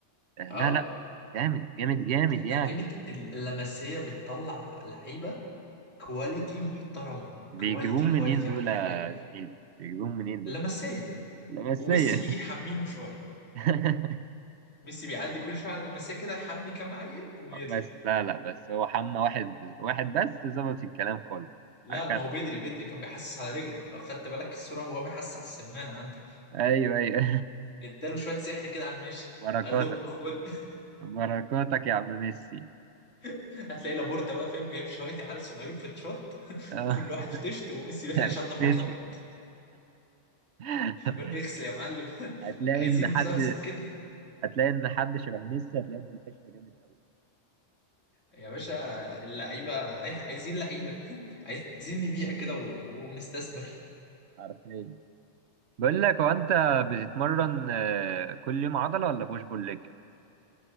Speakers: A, on the right (about 65°); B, on the left (about 80°).
A: آه،
B: اه
A: لا لا جامد جامد جامد
B: احنا
A: يعني
B: لعيبة ال- اللمسية بتطلع لعيبة كواليتي محترمة
A: بيجيبون
B: كواليتي كواليتي
A: منين دول
B: حرفيا
A: يا زميلي بيجيبون منين دول
B: اللمسية
A: لمسية
B: وميسي بيجي يحميهم شوية
A: <laughs>
B: ميسي بيعدي كل شوية على اللمسية كده يحمي كام عيل ويطلع
A: بس لا لا بس هو حمى واحد واحد بس ظبط الكلام خالص
B: لا
A: أخل...
B: ما هو بدري بدري كان بيحسس على رجله لو خدت بالك الصورة وهو بيحسس على السمان عنده
A: ايوه ايوه
B: اداله شوية سحر كده على الماشي
A: <laughs> بركاتك
B: قال له خد
A: بركاتك يا عم ميسي
B: <laughs> هتلاقي لابورتا بقى فاهم جايب شوية عيال صغيرين في تشوت
A: <laughs>
B: كل واحد في تشت وميسي داخل
A: <laughs>
B: يشطف
A: ميسي
B: واحد واحد
A: <laughs>
B: يقول اغسل يا معلم <laughs>
A: هتلاقي
B: عايزين
A: ان حد
B: نزهزه كده
A: هتلاقي ان حد شبه ميسي هتلاقيه منتشر جامد قوي
B: يا باشا اللعيبة عاي- عايزين لعيبة <laughs> عايزين نبيع كده و- ونستثمر
A: حرفيا بقول لك هو انت بتتمرن آه، كل يوم عضله ولا بوش بول ليج